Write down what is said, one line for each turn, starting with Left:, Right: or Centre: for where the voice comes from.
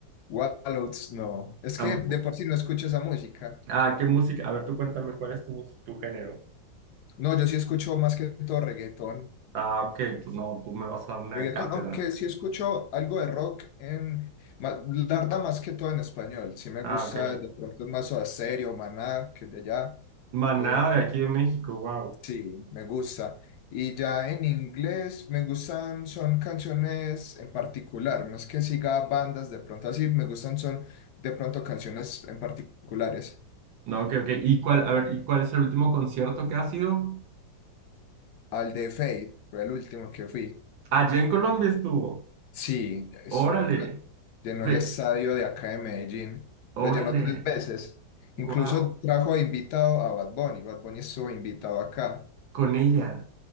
Left: Wallows, no. Es
Right: Tampoco.
Left: que de por sí no escucho esa música.
Right: Ah, ¿qué música? A ver, tú cuéntame cuál es tu, tu género.
Left: No, yo sí escucho más que todo reggaetón.
Right: Ah, ok. Tú, no, tú me vas a dar una
Left: Reggaetón,
Right: cátedra.
Left: aunque sí escucho algo de rock en... ma- La verdad, más que todo en español. Sí me
Right: Ah,
Left: gusta,
Right: ok.
Left: de pronto más Soda Stereo, Maná, que de allá.
Right: Maná
Left: eh,
Right: de aquí de México, wow.
Left: sí, me gusta. Y ya en inglés me gustan, son canciones en particular. No es que siga bandas, de pronto así, me gustan, son de pronto canciones en particulares.
Right: No, ok, ok. ¿Y cuál, a ver, ¿y cuál es el último concierto que ha sido?
Left: Al de Fate, fue el último que fui.
Right: Allá en Colombia estuvo.
Left: Sí, estuvo
Right: Órale.
Left: acá. Llenó
Right: Sí,
Left: el estadio de acá de Medellín.
Right: órale.
Left: Lo llenó tres veces. Incluso
Right: Wow.
Left: trajo de invitado a Bad Bunny. Bad Bunny estuvo invitado acá.
Right: Con ella.